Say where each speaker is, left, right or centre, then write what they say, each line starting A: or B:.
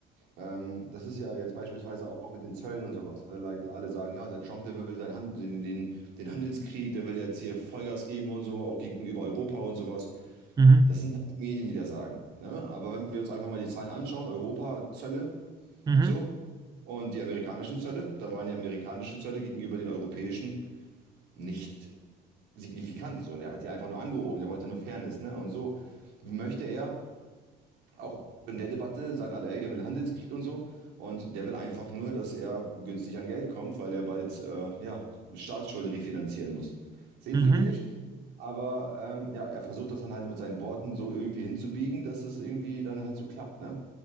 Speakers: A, on the right; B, on the right.
A: Ähm, das ist ja jetzt beispielsweise auch mit den Zöllen und sowas. Alle, Leute- alle sagen, ja, der Trump, der will den, Han- den, den, den Handelskrieg, der will jetzt hier Vollgas geben und so, auch gegenüber Europa und sowas.
B: Mhm.
A: Das sind halt die Medien, die das sagen. Ne? Aber wenn wir uns einfach mal die Zahlen anschauen, Europa, Zölle,
B: Mhm.
A: so. Und die amerikanischen Zölle, da waren die amerikanischen Zölle gegenüber den europäischen nicht signifikant. So, der hat die einfach nur angehoben, der wollte nur Fairness, ne? Und so möchte er, auch in der Debatte sagen alle, ey, der will einen Handelskrieg und so. Und der will einfach nur, dass er günstig an Geld kommt, weil er bald, äh, ja, Staatsschulden refinanzieren muss. Sehen
B: Mhm.
A: viele nicht. Aber ähm, ja, er versucht das dann halt mit seinen Worten so irgendwie hinzubiegen, dass es irgendwie dann halt so klappt, ne?